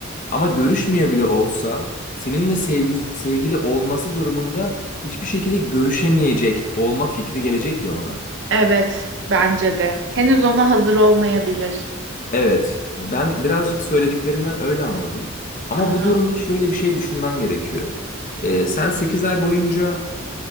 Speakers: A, on the left; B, on the right.
A: Ama görüşmüyor bile olsa seninle sevgi- sevgili olması durumunda hiçbir şekilde görüşemeyecek olma fikri gelecek ya ona.
B: Evet, bence de. Henüz ona hazır olmayabilir.
A: Evet, ben birazcık söylediklerinden öyle anladım. Ama
B: Aha.
A: bu durumda şöyle bir şey düşünmen gerekiyor. Ee, sen 8 ay boyunca